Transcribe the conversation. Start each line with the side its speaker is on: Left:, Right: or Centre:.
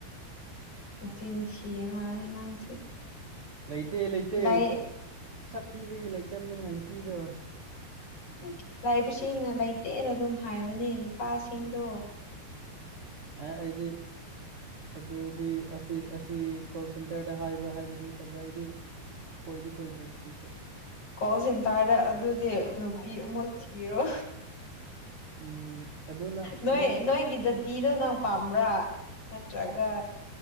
Left: ꯏꯆꯤꯟ ꯊꯤꯔꯤꯃꯜꯂꯦ ꯅꯪꯁꯦ
Right: ꯂꯩꯇꯦ ꯂꯩꯇꯦ
Left: ꯂꯩ
Right: ꯁꯛ ꯊꯤꯕꯒꯤ ꯂꯩꯇꯕꯅꯤꯅ ꯅꯨꯄꯤꯗꯣ
Left: ꯎ ꯂꯥꯏꯕꯁꯤꯡꯅ ꯂꯩꯇꯦꯅ ꯑꯗꯨꯝ ꯍꯥꯏꯕꯅꯦ ꯅꯨꯄꯥꯁꯤꯡꯗꯣ
Right: ꯑꯦ ꯑꯩꯗꯤ ꯑꯗꯨꯗꯤ ꯑꯁꯤ ꯁꯤꯤ ꯀꯣꯜ ꯁꯦꯟꯇꯔꯗ ꯍꯥꯏꯕ ꯍꯥꯏꯕ ꯅꯠꯇꯕ ꯑꯩꯗꯤ ꯀꯣꯏꯗꯤ ꯀꯣꯏꯗ꯭ꯔꯤ ꯐꯔꯤꯁꯨ
Left: ꯀꯣꯜ ꯁꯦꯟꯇꯔꯗ ꯑꯗꯨꯗꯤ ꯅꯨꯄꯤ ꯑꯃꯨꯛ ꯊꯤꯔꯣ
Right: ꯎꯝ ꯑꯗꯨꯅ
Left: ꯅꯣꯏ
Right: ꯅꯪ
Left: ꯅꯣꯏꯒꯤ ꯖꯥꯇꯤꯗꯣ ꯅꯪ ꯄꯥꯝꯕ꯭ꯔꯥ ꯇ꯭ꯔꯒ